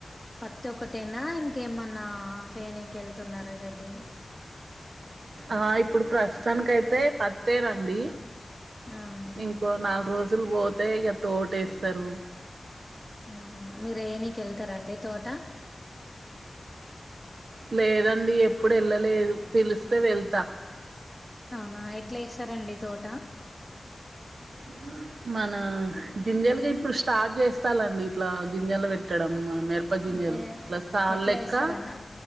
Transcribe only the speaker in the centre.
పత్తి ఒక్కటేనా ఇంకేమన్నా చేయనీకి ఎళ్తున్నార గడ్డి
ఆహా
అ మీరు ఏయనిక ఎళ్తరండి తోట?
అవునా ఎట్ల ఎస్తరండి తోట?
అంటే
ఎట్లా
ఏస్తారండి